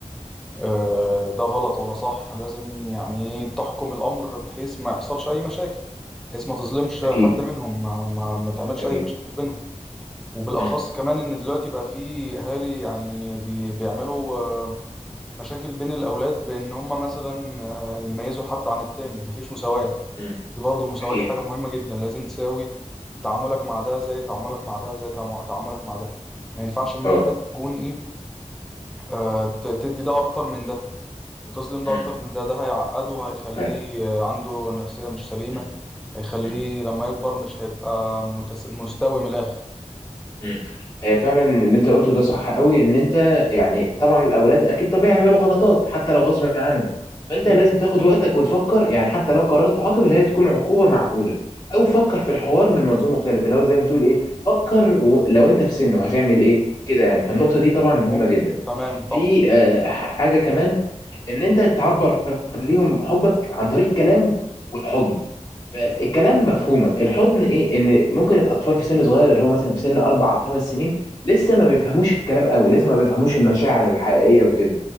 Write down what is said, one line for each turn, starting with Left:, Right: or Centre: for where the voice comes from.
Centre: آه، ده غلط ولا صح لازم يعني إيه، تحكم الأمر بحيث ما يحصلش أي مشاكل بحيث ما تظلمش حد
Left: اكيد
Centre: منهم ما, ما, ما تعملش
Left: اكيد
Centre: أي مشاكل بينهم وبالأخص
Left: امم
Centre: كمان إن دلوقتي بقى في أهالي يعني بي بيعملوا آه، مشاكل بين الأولاد بإن هم مثلا آه، يميزوا حد عن التاني مفيش مساواة
Left: امم
Centre: دي برضه المساواة
Left: اكيد
Centre: دي حاجة مهمة جدا لازم تساوي تعاملك مع ده زي تعاملك مع ده زي تعامو- تعاملك مع ده ما ينفعش إن
Left: اه
Centre: أنت تكون إيه آه ت- تدي ده أكتر من ده وتظلم ده
Left: امم
Centre: أكتر من ده ده هيعقده هيخليه
Left: أيوة.
Centre: آه، عنده نفسية مش سليمة
Left: امم
Centre: هيخليه
Left: امم
Centre: لما يكبر مش هيبقى متس... مستوي من الآخر
Left: امم هي فعلا اللي انت قلته ده صح قوي ان انت يعني طبعا الاولاد اكيد طبيعي يعملوا غلطات حتى لو غصب عنهم فانت
Centre: أكيد
Left: لازم تاخد وقتك وتفكر يعني حتى لو قررت تعاقب اللي هي تكون عقوبه معقوله او فكر في الحوار من منظور مختلف اللي هو زي ما تقول ايه فكر و- لو انت في سنه هتعمل ايه كده يعني فالنقطه دي طبعا مهمه
Centre: ممكن
Left: جدا
Centre: تمام طبعا
Left: في آه، حاجه كمان ان انت تعبر ليهم حبك عن طريق الكلام والحضن فالكلام
Centre: مم.
Left: مفهومه الحضن ايه ان ممكن الاطفال في سن صغير اللي هو مثلا في سن اربع او خمس سنين لسه ما بيفهموش الكلام قوي لسه ما بيفهموش المشاعر الحقيقيه وكده